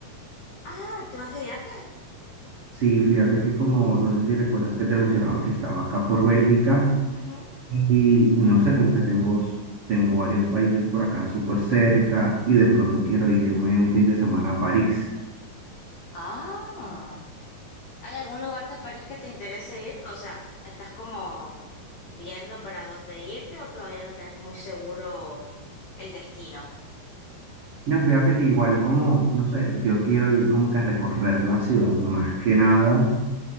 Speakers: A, on the left (about 70°); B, on the right (about 75°).
A: Ah, ¿te vas de viaje?
B: <laughs> Sí, fíjate que como, no sé si recuerdas que te mencionaba que estaba acá por Bélgica
A: Ujú.
B: y, y no sé, como que tengo, s- tengo varios países por acá súper cerca y de pronto quiero irme un fin de semana a París.
A: Ah. ¿Hay algún lugar de París que te interese ir? O sea, ¿estás como viendo para dónde irte o todavía no tenés muy seguro el destino?
B: No, fíjate que igual como, no sé, yo quiero ir como que a recorrer la ciudad más que nada,